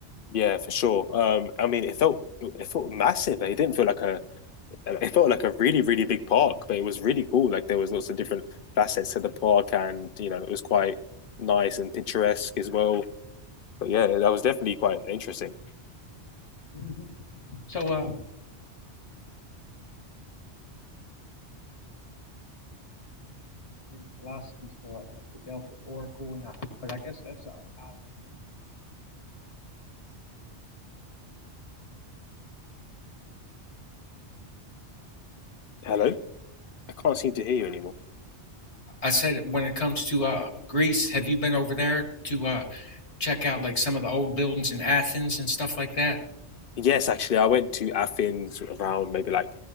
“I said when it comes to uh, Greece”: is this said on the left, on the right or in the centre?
Left